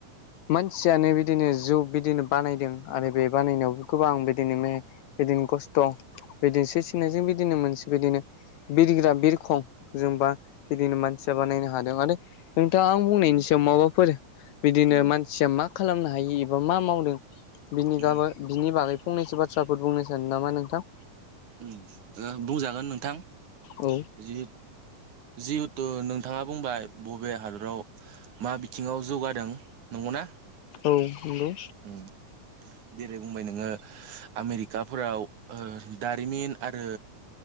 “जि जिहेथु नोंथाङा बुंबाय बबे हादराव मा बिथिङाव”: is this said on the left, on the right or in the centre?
Right